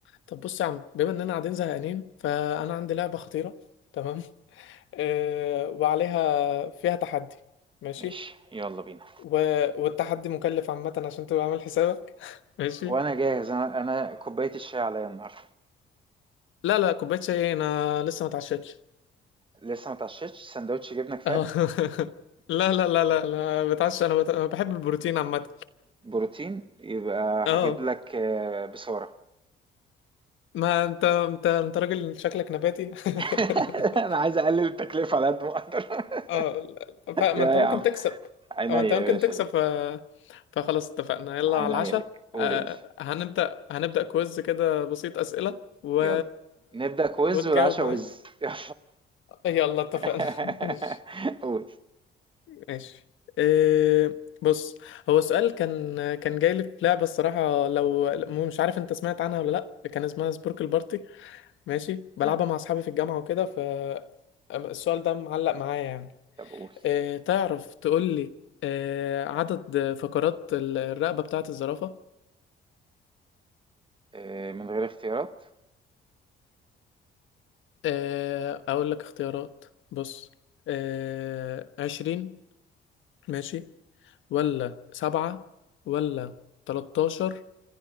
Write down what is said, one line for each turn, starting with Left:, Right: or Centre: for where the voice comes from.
Left: طب بص يا عم بما اننا قاعدين زهقانين فانا عندي لعبه خطيره تمام أه وعليها فيها تحدي ماشي
Right: ماشي يلا بينا
Left: و... والتحدي مكلف عامه عشان تبقى عامل حسابك <laughs> ماشي
Right: وانا جاهز انا انا كوبايه الشاي عليا النهارده
Left: لا لا كوبايه شاي انا لسه ما اتعشيتش
Right: لسه ما اتعشيتش سندوتش جبنه كفايه
Left: اه <laughs> لا لا لا لا لا بتعشى انا بت... أنا بحب البروتين عامه
Right: بروتين يبقى
Left: <laughs> اه
Right: هجيب لك آه، بصاره
Left: ما انت انت انت راجل شكلك نباتي <laughs>
Right: <laughs> انا عايز اقلل التكلفه على قد ما اقدر <laughs>
Left: اه لا. فما
Right: يا
Left: انت
Right: يا
Left: ممكن
Right: عم
Left: تكسب
Right: عينيا
Left: او انت
Right: يا
Left: ممكن
Right: باشا
Left: تكسب
Right: ليك
Left: ف... فخلاص اتفقنا يلا
Right: عينيا
Left: على العشاء
Right: ليك قول
Left: آه،
Right: يا باشا
Left: هنبدأ هنبدأ كويز كده بسيط أسئلة و...
Right: يلا نبدا كويز
Left: وتجاوب
Right: والعشاء
Left: معايا
Right: وز يلا
Left: يلا
Right: <laughs>
Left: اتفقنا <laughs> ماشي
Right: قول
Left: ماشي إيه بص هو سؤال كان كان جاي لي في لعبة الصراحة لو مو- مش عارف انت سمعت عنها ولا لا كان اسمها سبوركل بارتي ماشي بلعبها
Right: مم.
Left: مع اصحابي في الجامعة وكده ف السؤال ده معلق معايا يعني
Right: طب قول
Left: آه، تعرف تقول لي آه، عدد فقرات ال- الرقبة بتاعة الزرافة
Right: آه، من غير اختيارات
Left: آه، أقول لك اختيارات بص آه، عشرين ماشي ولا سبعة ولا تلتاشر